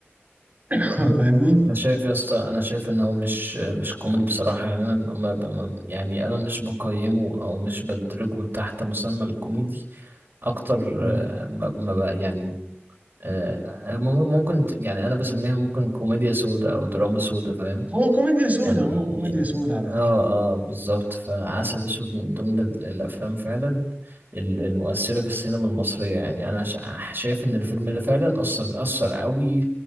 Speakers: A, on the right; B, on the right.
A: <laughs> فاهمني؟
B: انا شايف يا اسطى انا شايف ان هو مش مش كوميدي بصراحة يعني انا ما ما- يعني انا مش بقيمه او مش بدرجه تحت مسمى الكوميدي اكتر
A: مم.
B: آه، ما ما ب- يعني آه، مم- ممكن ت- يعني انا بسميها ممكن كوميديا سودا او دراما سودا فاهم
A: هو كوميديا سودا
B: يعني
A: هو كوميديا سودا على
B: اه
A: فكرة
B: اه بالظبط فعسل اسود من ضمن ال- الافلام فعلا ال- المؤثره في السينما المصريه يعني انا شا- شايف ان الفيلم ده فعلا اثر اثر قوي